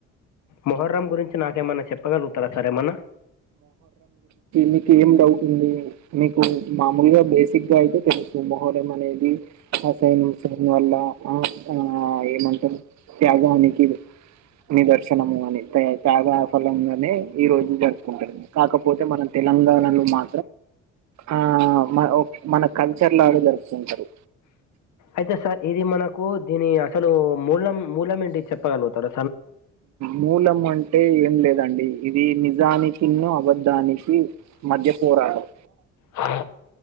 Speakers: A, on the left; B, on the right.
A: మొహర్రమ్ గురించి నాకేమన్నా చెప్పగలుగుతారా సర్ ఏమనా
B: మీకి ఏం డౌ ఉంది మీకు మామూలుగా బేసిక్గా అయితే తెలుసు మహోరం అనేది అసైను వల్ల ఆ ఆ ఏమంటరు త్యాగానికి ఇది నిదర్శనము అని తాగా ఫలంగానే ఈ రోజు జరుపుకుంటుం కాకపోతే మనం లంగాణ మా ఆ మ మన కల్చర్ లాగా జరుపుతు ఉంటరు
A: అయితే సార్ ఇది మనకు దీని అసలు మూలం మూలం ఏంటి చెప్పగలుగుతార
B: మూలమ అంటే ఏం లేదండి ఇది నిజానికిన్ను అబద్ధానికి మధ్య పోరాటం
A: హ